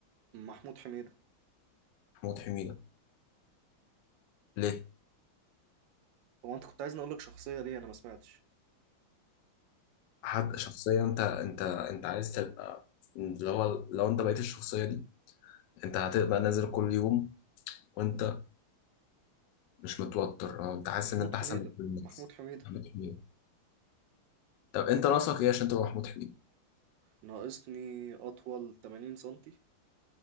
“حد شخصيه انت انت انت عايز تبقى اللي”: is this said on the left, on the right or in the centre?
Left